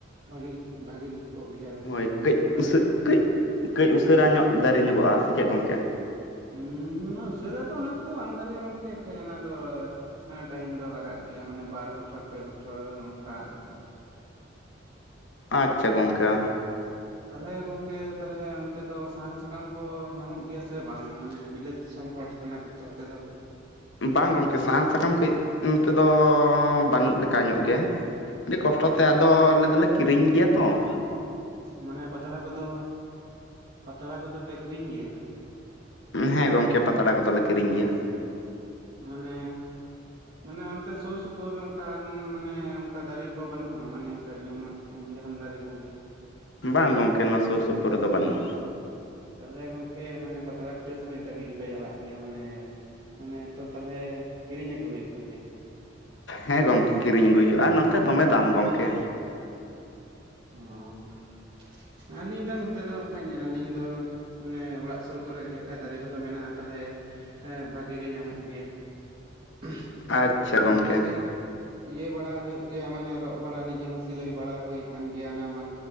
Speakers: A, on the right; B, on the left.
A: ᱵᱷᱟᱜᱤ ᱜᱤ ᱵᱷᱟᱜᱤ ᱜᱤ ᱠᱚᱜ ᱜᱮᱭᱟ ᱟᱨᱠᱤ
B: ᱦᱳᱭ
A: ᱢᱟᱱᱮ
B: ᱠᱟᱹᱡ
A: ᱫᱟᱨᱮ
B: ᱩᱥᱟᱹ
A: ᱧᱚᱜ
B: ᱠᱟᱹᱡ ᱠᱟᱹᱡ ᱩᱥᱟᱹᱨᱟ ᱧᱚᱜ ᱫᱟᱨᱮ ᱧᱚᱜᱚᱜᱼᱟ ᱥᱮ ᱪᱮᱫ ᱜᱚᱢᱠᱮ,
A: ᱦᱩᱻᱸ ᱩᱥᱟᱹᱨᱟ ᱫᱚ ᱚᱱᱟ ᱠᱚᱫᱚ ᱵᱟᱝ ᱫᱟᱨᱮᱭᱟᱜᱼᱟ ᱜᱚᱝᱠᱮ ᱠᱷᱟᱭ ᱚᱱᱟ ᱫᱚ ᱟᱸ ᱴᱟᱭᱤᱢ ᱫᱚ ᱞᱟᱜᱟᱜ ᱜᱮᱭᱟ ᱢᱟᱱᱮ ᱵᱟᱨ ᱵᱚᱪᱷᱚᱨ ᱯᱮ ᱵᱚᱪᱷᱚᱨ ᱚᱝᱠᱟ ᱟᱠᱷᱟᱡ᱾
B: ᱟᱪᱪᱷᱟ ᱜᱚᱝᱠᱮ,
A: ᱛᱟᱦᱞᱮ ᱜᱚᱝᱠᱮ ᱛᱟᱦᱞᱮ ᱚᱱᱛᱮ ᱫᱚ ᱥᱟᱦᱟᱱ ᱥᱟᱠᱟᱢ ᱠᱚ ᱧᱟᱢᱚᱜ ᱜᱮᱭᱟ ᱥᱮ ᱵᱟᱝ ᱢᱟᱱᱮ ᱵᱤᱞᱟᱹᱛ ᱫᱤᱥᱚᱢ ᱦᱚᱲ ᱠᱟᱱᱟ ᱯᱮ ᱛᱚ ᱟᱯᱮᱫᱚ?
B: ᱵᱟᱝ ᱜᱚᱢᱠᱮ ᱥᱟᱦᱟᱱ ᱥᱟᱠᱟᱢ ᱠᱟᱹᱡ ᱱᱚᱛᱮ ᱫᱚ ᱵᱟᱹᱱᱩᱜ ᱞᱮᱠᱟ ᱧᱚᱜ ᱜᱮ᱾ ᱟᱹᱰᱤ ᱠᱚᱥᱴᱚ ᱛᱮ ᱟᱫᱚ ᱟᱞᱮ ᱫᱚᱞᱮ ᱠᱤᱨᱤᱧ ᱜᱤᱭᱟ ᱛᱚᱸ,
A: ᱢᱟᱱᱮ ᱯᱟᱛᱲᱟ ᱠᱚᱫᱚ ᱯᱟᱛᱲᱟ ᱠᱚᱫᱚ ᱯᱮ ᱠᱤᱨᱤᱧ ᱜᱤᱭᱟ ᱛᱟᱦᱚᱞᱮ?
B: ᱦᱮᱸ ᱜᱚᱝᱠᱮ ᱯᱟᱛᱲᱟ ᱠᱚᱫᱚᱞᱮ ᱠᱤᱨᱤᱧ ᱜᱤᱭᱟ᱾
A: ᱢᱟᱱᱮ ᱢᱟᱱᱮ ᱚᱱᱛᱮ ᱥᱩᱨ ᱥᱩᱯᱩᱨ ᱚᱱᱠᱟᱱ ᱢᱟᱱᱮ ᱚᱱᱠᱟ ᱫᱟᱨᱮ ᱠᱚ ᱵᱟᱹᱱᱩᱜᱼᱟ ᱢᱟᱱᱮ ᱥᱟᱨᱡᱚᱢ ᱢᱟᱛ ᱩᱢ ᱡᱟᱦᱟᱸᱱ ᱫᱟᱨᱮ ᱠᱚᱜᱮ?
B: ᱵᱟᱝ ᱜᱚᱝᱠᱮ ᱱᱚᱣᱟ ᱥᱩᱨ ᱥᱩᱯᱩᱨ ᱨᱮᱫᱚ ᱵᱟᱹᱱᱩᱜᱼᱟ᱾
A: ᱛᱟᱦᱚᱞᱮ ᱜᱚᱝᱠᱮ ᱢᱟᱱᱮ ᱯᱟᱛᱲᱟ ᱯᱤᱴᱷᱟᱹ ᱥᱚᱢᱚᱭ ᱫᱚ ᱟᱹᱰᱤ ᱜᱮᱯᱮ ᱡᱟᱞᱟᱜ ᱜᱮᱭᱟ ᱢᱟᱱᱮ ᱢᱟᱱᱮ ᱛᱚ ᱛᱟᱦᱞᱮ ᱠᱤᱨᱤᱧ ᱟᱹᱜᱩ ᱦᱩᱭᱩᱜ ᱛᱟᱯᱮᱭᱟ
B: ᱦᱮᱸ ᱜᱚᱝᱠᱮ ᱠᱤᱨᱤᱧ ᱟᱹᱜᱩᱭ ᱦᱩᱭᱩᱜᱼᱟ ᱱᱚᱛᱮ ᱫᱚᱢᱮ ᱫᱟᱢ ᱜᱚᱢᱠᱮ᱾
A: ᱚᱸᱻ ᱟᱹᱞᱤᱧ ᱫᱚ ᱱᱚᱛᱮ ᱫᱚ ᱠᱷᱟᱡ ᱟᱹᱞᱤᱧ ᱫᱚ ᱢᱟᱱᱮ ᱚᱲᱟᱜ ᱥᱩᱨ ᱠᱚᱨᱮ ᱜᱮ ᱠᱷᱟᱡ ᱫᱟᱨᱮ ᱠᱚᱫᱚ ᱢᱮᱱᱟᱜᱼᱟ ᱛᱟᱦᱞᱮ ᱮᱸ ᱵᱷᱟᱜᱮ ᱜᱮ ᱧᱟᱢᱚᱜ ᱜᱮᱭᱟ᱾ ᱩᱷ
B: ᱟᱪᱪᱷᱟ ᱜᱚᱢᱠᱮ
A: ᱱᱚᱱᱛᱮ ᱜᱮ ᱤᱭᱟᱹ ᱵᱟᱲᱟ ᱦᱩᱭᱩᱜ ᱜᱮᱭᱟ, ᱢᱟᱱᱮ ᱨᱚᱜ ᱵᱟᱲᱟ ᱱᱤᱡᱮ ᱦᱚᱸ ᱥᱤᱞᱟᱹᱭ ᱵᱟᱲᱟ ᱦᱩᱭ ᱠᱟᱱ ᱜᱮᱭᱟ ᱚᱱᱟ ᱢᱟᱛ